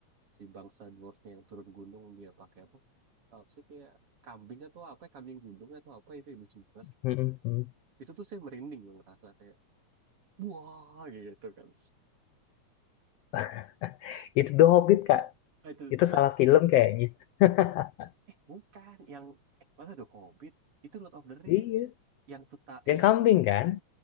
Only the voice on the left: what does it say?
Mm-mm, mm.
<laughs> itu The Hobbit kak
itu
salah film kayaknya <laughs>
iya
yang
kambing kan